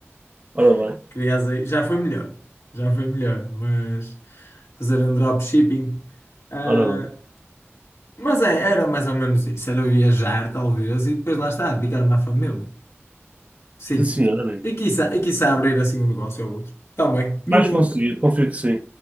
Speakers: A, on the right; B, on the left.
A: Ora bem,
B: <laughs> Crias aí, já foi melhor, já foi melhor, mas fazer um dropshipping. ah,
A: ora bem.
B: Mas é, era mais ou menos isso, era viajar talvez e depois lá está, dedicar-me à família. Sim.
A: Sim, senhora, bem.
B: E quiçá, e quiçá abrir assim um negócio ou outro. Também. No...
A: Vais conseguir, confio que sim.